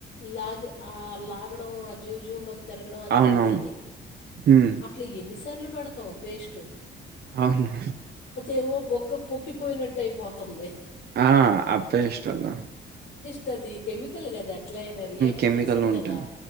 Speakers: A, on the left; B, on the right.
A: లాగి ఆ లాగడం ఆ జూ జు మం తిరగడం అది
B: అవునవును
A: తగ్గింది
B: హ్మ్.
A: అట్లా ఎన్నిసార్లు పెడతాం పేస్ట్
B: అవును
A: ఏవో బొగ్గ పొక్కిపోయినట్టు అయిపోతుంది
B: ఆ అ పేస్ట్ వాళ్ళ
A: తది కెమికల్ కదా ఎట్లా అయినా రియాక్షన్
B: కెమికల్
A: ఇస్తది కదా
B: ఉంటాయి.